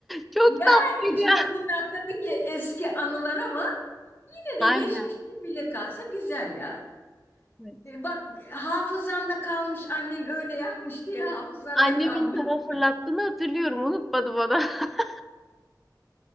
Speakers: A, in the centre; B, on the left.
A: Çok
B: Yani
A: tatlıydı.
B: şimdi
A: <laughs>
B: bunlar tabii ki eski anılar ama Ve
A: Aynen.
B: geçmişte bile kalsa güzel ya.
A: Evet.
B: E, bak hafızanda kalmış annen öyle yapmış diye hafızanda
A: Annemin
B: kalmış.
A: tava
B: <laughs>
A: fırlattığını hatırlıyorum. Unutmadı bana. <laughs>